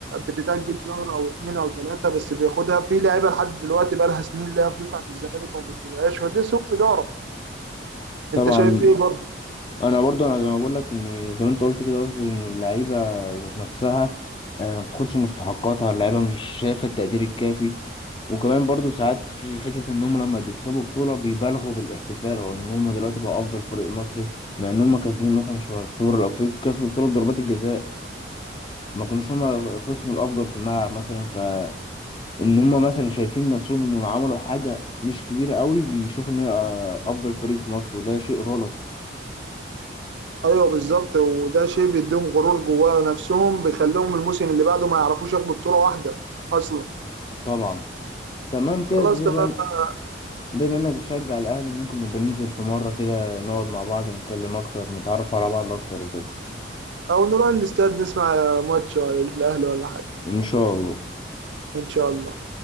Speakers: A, on the right; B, on the left.
A: بتتأجل شهر أو اتنين أو تلاتة بس بياخدها في لعيبة لحد دلوقتي بقى لها سنين ليها فلوس عند الزمالك وما بتجيبهاش فده سوء إدارة
B: طبعا
A: أنت شايف إيه برضه؟
B: انا برضو انا زي ما بقول لك ان زي ما انت قلت كده قصدي ان اللعيبه ذات نفسها آه، ما بتاخدش مستحقاتها اللعيبه مش شايفه التقدير الكافي وكمان برضو ساعات في حتة إن هم لما بيكسبوا بطولة بيبالغوا بالاحتفال أو إن هم دلوقتي بقوا أفضل فريق مصري مع إن هم كاسبين مثلا شهر السوبر الأفريقي كسبوا بطولة بضربات الجزاء ما كانوش هما الخصم الافضل في الملعب مثلا فان هما مثلا شايفين نفسهم انهم عملوا حاجه مش كبيره قوي بيشوفوا ان هي آه، افضل فريق في مصر وده شيء غلط
A: أيوه بالظبط وده شيء بيديهم غرور جواه نفسهم بيخليهم الموسم اللي بعده ما يعرفوش ياخدوا بطولة واحدة أصلا
B: طبعا تمام كده
A: خلاص
B: بما
A: تمام
B: إن-
A: بقى
B: بما انك بتشجع الاهلي ممكن نبقى ننزل في مره كده نقعد مع بعض نتكلم اكتر نتعرف على بعض اكتر وكده
A: أو نروح الاستاد نسمع ماتش ولا الأهلي ولا حاجة
B: ان شاء الله
A: إن شاء الله